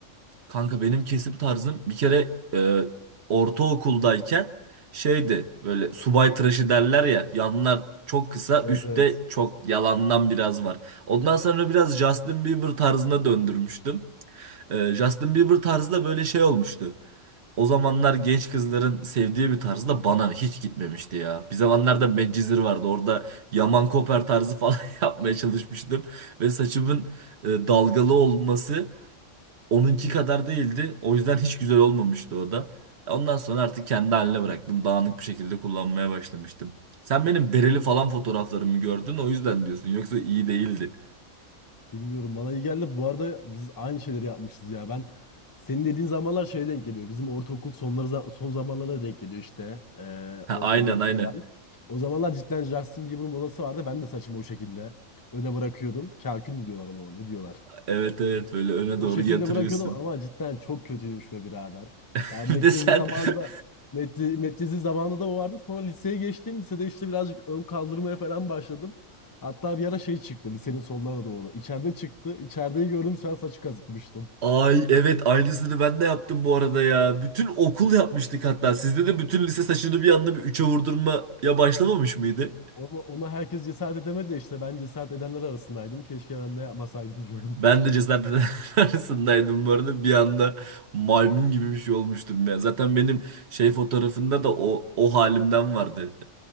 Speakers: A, on the right; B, on the left.
A: kanka benim kesim tarzım bir kere e, ortaokuldayken şeydi böyle subay tıraşı derler ya yanlar çok kısa
B: Evet
A: üstte
B: evet.
A: çok yalandan biraz var. Ondan sonra biraz Justin Bieber tarzına döndürmüştüm. Ee, Justin Bieber tarzı da böyle şey olmuştu. O zamanlar genç kızların sevdiği bir tarzı da bana hiç gitmemişti ya. Bir zamanlarda Medcezir vardı. Orada Yaman Koper tarzı falan <laughs> yapmaya çalışmıştım. Ve saçımın e, dalgalı olması onunki kadar değildi. O yüzden hiç güzel olmamıştı o da. Ondan sonra artık kendi haline bıraktım. Dağınık bir şekilde kullanmaya başlamıştım. Sen benim bereli falan fotoğraflarımı gördün o yüzden diyorsun. Yoksa iyi değildi.
B: Bilmiyorum bana iyi geldi. Bu arada biz aynı şeyleri yapmışız ya. Ben senin dediğin zamanlar şeye denk geliyor. Bizim ortaokul sonları son zamanlarına denk geliyor işte. Ee,
A: Ha,
B: orta
A: aynen
B: dört
A: aynen.
B: falan. O zamanlar cidden Justin Bieber'ın modası vardı. Ben de saçımı o şekilde öne bırakıyordum. Kakül mü diyorlar ona? Ne diyorlar?
A: Evet evet böyle öne
B: O
A: doğru
B: şekilde
A: yatırıyorsun.
B: bırakıyordum ama cidden çok kötüymüş be birader.
A: <laughs>
B: Yani
A: Bir
B: Medcezir
A: de sen
B: zamanında
A: <laughs>
B: Medce- Medcezir zamanında da o vardı. Sonra liseye geçtim. Lisede işte birazcık ön kaldırmaya falan başladım. Hatta bir ara şey çıktı lisenin sonlarına doğru. İçeride çıktı. İçerideyi gördüm sen saçı kazıtmıştım.
A: ay evet aynısını ben de yaptım bu arada ya. Bütün okul yapmıştık hatta. Sizde de bütün lise saçını bir anda bir üçe vurdurmaya başlamamış mıydı?
B: Ona, ona herkes cesaret edemedi de işte ben cesaret edenler arasındaydım. Keşke ben de yapmasaydım diyorum.
A: Ben de cezaevleri <laughs> arasındaydım bu arada. Bir anda maymun gibi bir şey olmuştum ya. Zaten benim şey fotoğrafında da o o halimden vardı.